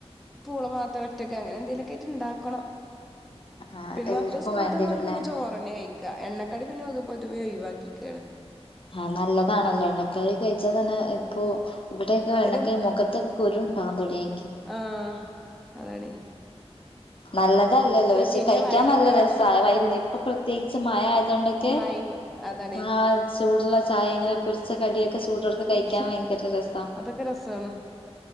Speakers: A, in the centre; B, on the left.
A: പൂള മാത്രം ഒറ്റക്ക് അങ്ങനെ എന്തേലും ഒക്കെ ആയിട്ട് ഇണ്ടാക്കണം
B: ആഹ്
A: പിന്നെ
B: എല്ലാർക്കും
A: മക്കള് സ്കൂളിട്ട്ന്ന
B: വേണ്ടിവരൂല്ലേ
A: ഓല പിന്നെ ചോറന്നെ കഴിക്ക എണ്ണക്കാടി പിന്നെ ഓല് പൊതുവെ ഒഴിവാക്കിക്കയാണ്
B: ഹ നല്ലതാണല്ലോ എണ്ണക്കടികഴിച്ചാ തന്നെ ഇപ്പൊ ഇവിടെയൊക്കെയെണ്ണക്ക്
A: ഒരു
B: മുഖത്തൊക്കെ കുരുണ്ടാവാൻ തൊടങ്ങിയ്ക്ക്
A: ആ ഹ് അതാണേയ്
B: നല്ലതല്ലല്ലോ പഷേ
A: പിന്നെ
B: കഴയിക്കാൻ
A: വയറും
B: നല്ല
A: ചാടും
B: രസാ വൈകുന്ന ഇപ്പൊ പ്രത്യേകിച്ച് മയയായതോണ്ടൊക്കെ
A: മൈ <unintelligible> അത
B: ആ ചൂടുള്ള ചായ ഇങ്ങനെ പൊരിച്ച കടിയൊക്കെ ചൂടോർക്ക് കയിക്കാൻ
A: ഉം
B: ഭയങ്കര രസ
A: അതൊക്കെ രസാണ്